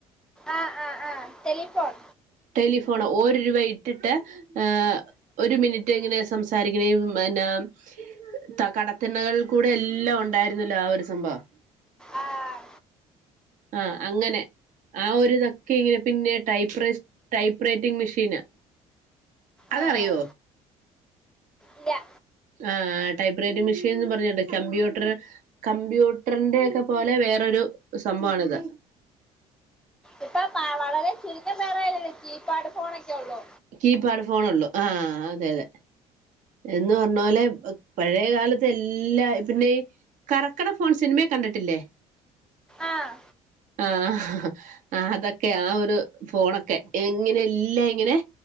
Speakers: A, in the centre; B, on the right.
A: ആഹ് ആഹ് ആഹ് ടെലിഫോൺ
B: ടെലിഫോൺ ഓര് രൂപ ഇട്ടിട്ട് ഏഹ് ഒരു മിനിറ്റ് എങ്ങനെ സംസാരികണിം എന്നാ ത കടത്തിണ്ണകൾ കൂടെ എല്ലാം ഉണ്ടായിരുന്നല്ലോ ആ ഒരു സംഭവം,
A: ആഹ്
B: ആഹ് അങ്ങനെ. ആ ഒരുതക്കെ ഇങ്ങനെ പിന്നെ ടൈപ്രസ് ടൈപ്പ് റൈറ്റിംഗ് മെഷീന്. അതറിയോ
A: ആഹ് ഇല്ല.
B: ആഹ് ടൈപ്പ്റേറ്റ് മെഷീന് ന്നും പറ്ഞീണ്ട് കമ്പ്യൂട്ടർ കമ്പ്യൂട്ടർന്റെ ഒക്കെ പോലെ വേറൊരു സംഭവണിത്.
A: ഇപ്പൊ പ വളരെ ചുരുക്കം പേറാറല്ലേ കീപാഡ് ഫോണൊക്കെള്ളൂ?
B: കീപാഡ് ഫോണേള്ളൂ ആ, അതെ, അതെ. എന്ന് പർഞ്ഞോ ലെ പഴെകാലത്തെല്ലാ പിന്നെയി കറക്ക്ണ ഫോൺ സിൻമയെ കണ്ടിട്ടില്ലേ.
A: ആഹ്
B: ആഹ് അതൊക്കെ ആ ഒരു ഫോണൊക്കെ എങ്ങനെല്ലാ ങ്ങനെ.